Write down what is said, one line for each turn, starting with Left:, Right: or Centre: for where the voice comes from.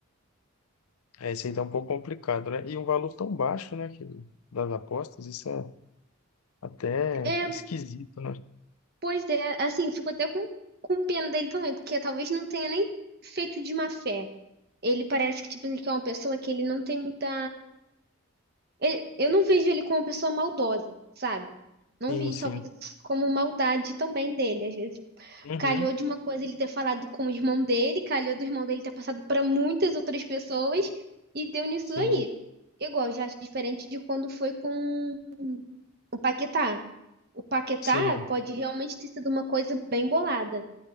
Left: É, isso aí tá um pouco complicado, né? E um valor tão baixo, né, que, das apostas, isso é até
Right: É,
Left: esquisito, né?
Right: pois é, assim, eu fico até com, com pena dele também, porque talvez não tenha nem feito de má fé. Ele parece que, tipo, que é uma pessoa que ele não tem muita. ele- eu não vejo ele como uma pessoa maldosa, sabe? Não
Left: Sim,
Right: vi,
Left: sim.
Right: talvez, isso como maldade também dele. Às vezes
Left: Uhum,
Right: Calhou de uma coisa ele ter falado com o irmão dele, calhou do irmão dele ter passado para muitas outras pessoas e deu nisso
Left: sim,
Right: aí. Igual, já acho diferente de quando foi com o Paquetá. O Paquetá
Left: sim.
Right: pode realmente ter sido uma coisa bem bolada,